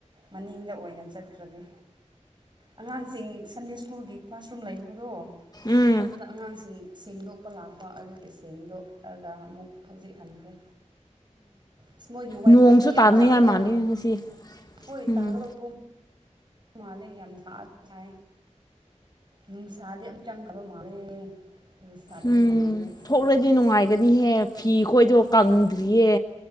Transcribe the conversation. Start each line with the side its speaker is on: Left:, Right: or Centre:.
Right: ꯃꯅꯤꯡꯗ ꯑꯣꯏꯅ ꯆꯠꯈ꯭ꯔꯒꯦ ꯑꯉꯥꯡꯁꯤꯡ ꯁꯟꯗꯦ ꯁ꯭ꯀꯨꯜꯒꯤ ꯀ꯭ꯂꯥꯁꯔꯨꯝ ꯂꯩꯕꯗꯣ
Left: ꯎꯝ
Right: ꯑꯗꯨꯗ ꯑꯉꯥꯡꯁꯤꯡ ꯁꯦꯡꯗꯣꯛꯄ ꯂꯥꯛꯄ ꯑꯗꯨꯒꯤ ꯁꯦꯡꯗꯣꯛꯑꯒ ꯑꯃꯨꯛ ꯍꯧꯖꯤꯛ ꯍꯟꯈ꯭ꯔꯦ ꯑꯁ ꯃꯣꯏꯒꯤ ꯋꯥꯏꯕꯣꯠꯇꯤ
Left: ꯅꯣꯡꯁꯨ
Right: ꯌꯥꯝ
Left: ꯇꯥꯅꯤꯡꯉꯥꯏ
Right: ꯆꯥꯎꯋꯦ
Left: ꯃꯥꯜꯂꯤ ꯉꯁꯤ
Right: ꯍꯣꯏ
Left: ꯎꯝ
Right: ꯇꯥꯒꯗꯧꯕ ꯃꯥꯂꯦ ꯌꯥꯝ ꯊꯥ ꯊ ꯅꯨꯡꯁꯥꯗꯤ ꯑꯃꯨꯛ ꯆꯪꯈꯕ ꯃꯥꯜꯂꯦ ꯑꯗꯨ ꯁꯥꯕꯗꯤ
Left: ꯎꯝ
Right: ꯍꯟꯗ꯭ꯔꯤꯌꯦ
Left: ꯊꯣꯛꯂꯗꯤ ꯅꯨꯡꯉꯥꯏꯒꯅꯤꯍꯦ ꯐꯤ ꯈꯣꯏꯗꯣ ꯀꯪꯗ꯭ꯔꯤꯌꯦ